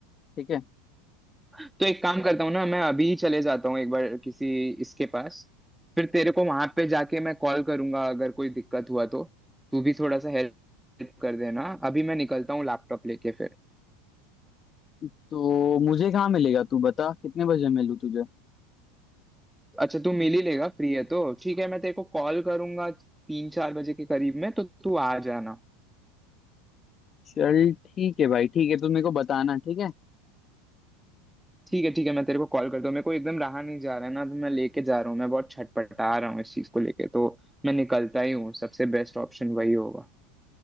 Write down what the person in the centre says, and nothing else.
तो एक काम करता हूँ ना मैं अभी ही चले जाता हूँ एक बार किसी इसके पास फिर तेरे को वहां पे जाके मैं कॉल करूंगा अगर कोई दिक्कत हुआ तो तू भी थोड़ा सा हेल्प कर देना अभी मैं निकलता हूँ लैपटॉप लेके फिर
अच्छा तू मिल ही लेगा फ्री है तो ठीक है मैं तेरे को कॉल करूंगा तीन चार बजे के करीब में तो तू आ जाना
ठीक है ठीक है मैं तेरे को कॉल करता हूँ मेरे को एकदम रहा नहीं जा रहा है ना तो मैं लेके जा रहा हूँ मैं बहुत छटपटा रहा हूँ इस चीज को लेके तो मैं निकलता ही हूँ सबसे बेस्ट ऑप्शन वही होगा